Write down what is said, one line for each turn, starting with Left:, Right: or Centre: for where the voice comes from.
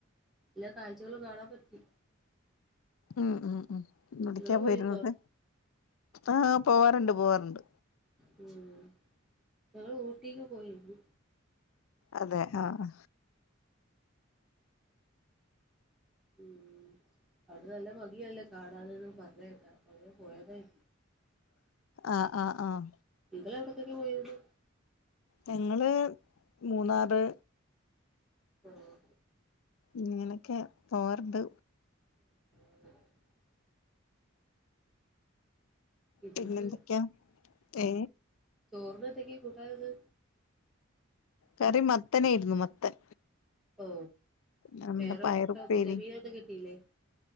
Centre: എല്ലാ കാഴ്ചകളും കാണാൻ പറ്റി.
Left: ഉം ഉം ഉ വിടൃക്യ
Centre: നിങ്ങള് പോയിരുന്നോ
Left: പോയിരുന്നത് ആ പോവാറുണ്ട് പോവാറുണ്ട്.
Centre: മ് ഞങ്ങള് ഊട്ടിക്ക് പോയിരുന്നു.
Left: അതെ ആഹ്
Centre: ഉ അടെനല്ല ഭംഗി യാലേ കാണാൻന്ന് പറഞ്ഞ കേക അങ്ങനെപോയതായിരുന്നു പോയതായി
Left: ആഹ ആഹ് ആഹ്
Centre: നിങ്ങളൾ എവിട്ക്കെ പോയിരുന്നു
Left: ഞങ്ങള്ൾ മൂന്നാറ്.
Centre: ആഹ്
Left: ഇങ്ങനെയൊക്കെ പോവറട്
Centre: <inaudible> ഇതക്ക്
Left: പിന്നെ എന്ത് ഒക്കെയാ ഏ
Centre: ചോറിന് എന്ത് ഒക്കെ കൂട്ടാന് ഇന്ന്.
Left: കറി മത്തനായിരുന്നു മത്തൻ.
Centre: ഓ
Left: നമ്മുടെ
Centre: വേറെ
Left: പയറുപ്പേരി
Centre: വന്നില്ലേ മീൻ ഒന്നും കെട്ടില്ലേ?